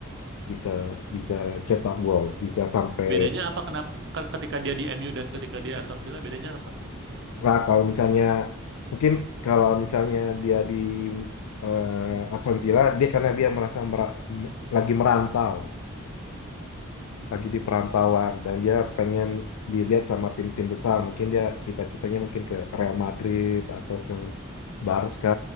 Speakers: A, on the left; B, on the right.
A: bisa bisa cetak gol, bisa sampai.
B: Bedanya apa kenapa ketika dia di MU dan ketika dia Aston Villa bedanya apa?
A: Nah kalau misalnya mungkin kalau misalnya dia di eh, Aston Villa, dia karena dia merasa mera- m- lagi merantau, lagi di perantauan dan dia pengen dilihat sama tim-tim besar. Mungkin dia cita-citanya mungkin ke Real Madrid atau ke Barca